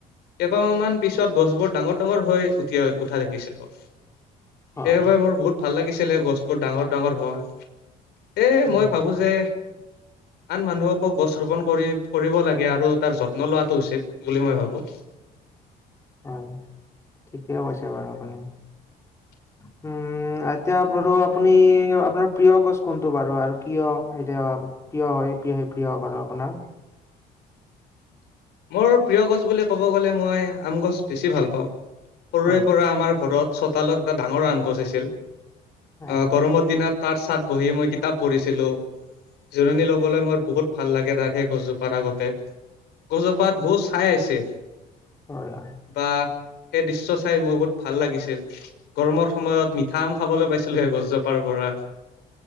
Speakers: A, on the left (about 80°); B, on the left (about 15°).
A: কেইবামান গছ বোৰ ডাঙৰ ডাঙৰ হৈ উঠি উঠা দেখিছিলো সেইবাবে
B: হয়,
A: মোৰ বহুত ভাল লাগিছিল। গছবোৰ ডাঙৰ ডাঙৰ হোৱা এই
B: উম,
A: মই ভাবো যে আন মানুহকো গছ ৰোপন কৰি, কৰিব লাগে আৰু তাৰ যত্ন লোৱাটো উচিত বুলি মই ভাবোঁ।
B: হয়, ঠিকে কৈছে বাৰু আপুনি।
A: <inaudible>
B: উম, এতিয়া বাৰু আপুনি আপোনাৰ প্ৰিয় গছ কোনটো বাৰু আৰু কিয় এতিয়া প্ৰিয় হয় <unintelligible> প্ৰিয় বাৰু আপোনাৰ?
A: মোৰ প্ৰিয় গছ বুলি ক'ব গ'লে মই আম গছ বেছি ভাল পাওঁ। সৰুৰে
B: হয়,
A: পৰা আমাৰ ঘৰত চোতালত এটা ডাঙৰ আম গছ আছিল
B: হয়,
A: আ, গৰমৰ দিনত তাত ছাত বহি মই কিতাপ পঢ়িছিলোঁ। জোৰণি ল'বলৈ মোৰ বহুত ভাল লাগে তাৰ সেই গছজোপাৰ আগতে। গজোপাত বহুত চাই আছিল।
B: হয়, হয়,
A: বা সেই দৃশ্য চাই মোৰ বহুত ভাল লাগিছিল গৰমৰ সময়ত থাম খাবলৈ পাইছিলো সেই গছজোপাৰ পৰা